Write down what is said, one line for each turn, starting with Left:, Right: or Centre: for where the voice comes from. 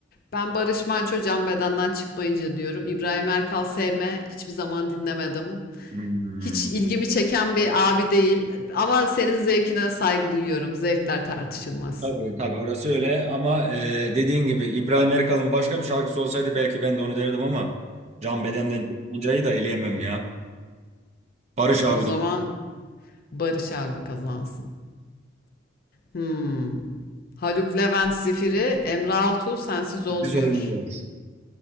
Left: ben Barış Manço Can Beden'den çıkmayınca diyorum. İbrahim Erkal sevme hiçbir zaman dinlemedim.
Right: Hmm.
Left: Hiç ilgimi çeken bir abi değil. Ama senin zevkine saygı duyuyorum. Zevkler tartışılmaz.
Right: Tabii tabii orası öyle ama e, dediğin gibi İbrahim Erkal'ın başka bir şarkısı olsaydı belki ben de onu derdim ama Can Beden'den çıkmancayı da eleyemem ya. Barış abi
Left: O zaman
Right: diyor.
Left: Barış abi kazansın. Hmm. Haluk Levent Zifiri, Emre Altuğ sensiz olmuyor.
Right: Biz olmuyor.